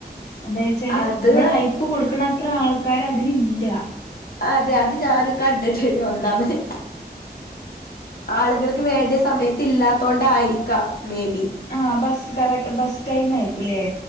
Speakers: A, on the left; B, on the left.
A: എന്താ വെച്ചാല്
B: അത്
A: നമ്മൾ ഹൈപ്പ് കൊടുക്കണത്ര ആൾ ആൾക്കാര് അതിലില്ല
B: അതെ അത് ഞാനും കണ്ടിട്ടുണ്ട് ഒന്നാമത് ആളുകൾക്ക് വേണ്ട സമയത്ത് ഇല്ലാത്തോ കൊണ്ടായിരിക്കാം മേബി
A: ആ ബസ്സ് കറക് ബസ് ടൈം ആയിരിക്കുംല്ലേ